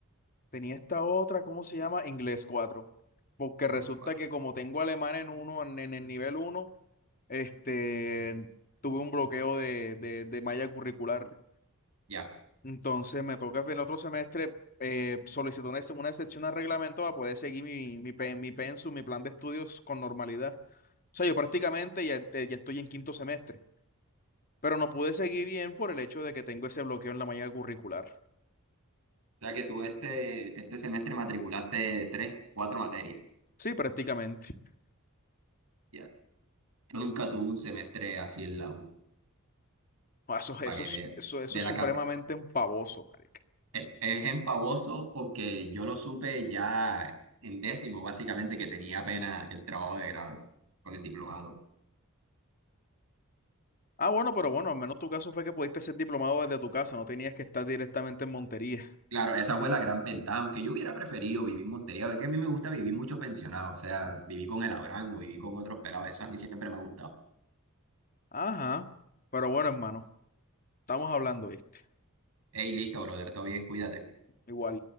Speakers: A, on the left; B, on the right.
A: tenía esta otra, ¿cómo se llama? Inglés cuatro Porque
B: Dile,
A: resulta
B: ¿cuál?
A: que como tengo alemán en uno, en, en el nivel uno este, tuve un bloqueo de, de, de malla curricular.
B: Ya.
A: Entonces me toca en el otro semestre eh, solicitar una, ex- una excepción al reglamento para poder seguir mi, mi, pe- mi pensum, mi plan de estudios con normalidad. O sea, yo prácticamente ya, ya estoy en quinto semestre pero no pude seguir bien por el hecho de que tengo ese bloqueo en la mañana curricular.
B: O sea, que tú este, este semestre matriculaste tres, cuatro materias,
A: Sí, prácticamente. <laughs>
B: ya. Yo nunca tuve un semestre así en la U,
A: Ah, Eso,
B: para
A: eso,
B: que
A: es-
B: veas.
A: eso, eso
B: De
A: es
B: la
A: supremamente
B: cantidad
A: empavoso, marica.
B: Es, es empavoso porque yo lo supe ya en décimo, básicamente, que tenía apenas el trabajo de grado con el diplomado.
A: Ah, bueno, pero bueno, al menos tu caso fue que pudiste ser diplomado desde tu casa, no tenías que estar directamente en Montería.
B: Claro, esa fue la gran ventaja, aunque yo hubiera preferido vivir en Montería, porque a mí me gusta vivir mucho pensionado, o sea, viví con el Abraham o viví con otros pelados, eso a mí siempre me ha gustado.
A: Ajá, pero bueno, hermano, estamos hablando, ¿viste?
B: Ey, listo, brother, todo bien, cuídate.
A: Igual.